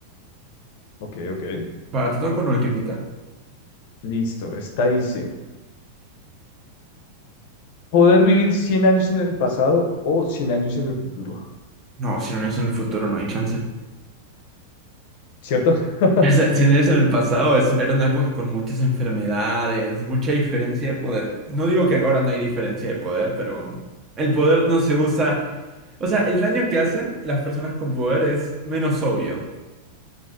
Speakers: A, on the left (about 55°); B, on the right (about 25°).
A: ok, ok.
B: Va, te toco con ultimita.
A: Mm, Listo, esta dice, poder vivir 100 años en el pasado o cien años en el futuro,
B: No, si no es en el futuro, no hay chance.
A: ¿cierto? <laughs>
B: <laughs> O sea, si no es en el pasado, es, era una época con muchas enfermedades, mucha diferencia de poder. No digo que ahora no hay diferencia de poder, pero mm, el poder no se usa. O sea, el daño que hacen las personas con poder es menos obvio.